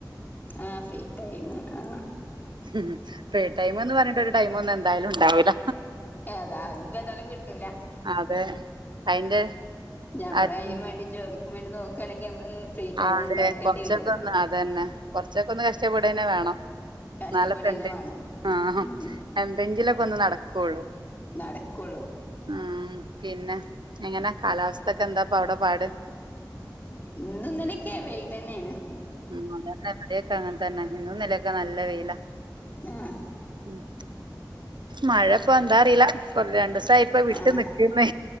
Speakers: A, on the left (about 25°); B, on the right (about 85°).
A: ആഹ ഫ്രീ ടൈം ആഹ
B: ഉ ഫ്രീ ടൈംന്ന് പറഞ്ഞിട്ട് ഒരു ടൈമ ഒന്നും എന്തായാലും ഉണ്ടാവില്ല
A: അഏതാന്നപ്പ തായാലും കി കിട്ടൂല
B: അതെ അയിന്റെ
A: ഞമ്മള്
B: അത്
A: അയിനും വാണ്ടി ജോലി വണ്ടി നോക്ക്ണെങ്കി നമ്മള് ഫ്രീ ടൈം
B: ആ അതെ
A: ഇണ്ടാക്കേണ്ടി
B: കൊർച്ചൊക്കെ
A: വരും
B: ഒന്ന് അതന്നെ കൊറച്ചൊക്കെ ഒന്ന് കഷ്ടപ്പെടെന്നെ വേണം
A: കഷ്ടപ്പെടന്നെ
B: ഇന്നാലെ ഇപ്പ എന്തെ
A: വേണം
B: ആ ഹമം
A: ഉം
B: എന്തെങ്കിലൊക്കെ ഒന്ന് നടക്കൊള്ളു
A: നടക്കുള്ളൂ
B: ആ ഉം പിന്നെ എങ്ങനെ കാലാവസ്ഥക്കെ എന്താപ്പ അവ്ടെ പാട്
A: ഇന്നും ഇന്നലെ ഒക്കെ വെയിലെന്നെയാണ്
B: ഉം അതന്നെ ഇവ്ടെ ഒക്കെ അങ്ങൻ തെന്നെ ഇന്നും ഇന്നലെ ഒക്കെ നല്ല വെയിലാ
A: ആഹ്
B: ഉം മഴപ്പോ എന്താ അറീലാ ഇപ്പോ ര സായിപ്പൊ വിട്ട്
A: ആഹ്
B: നിക്ക്ന്ന്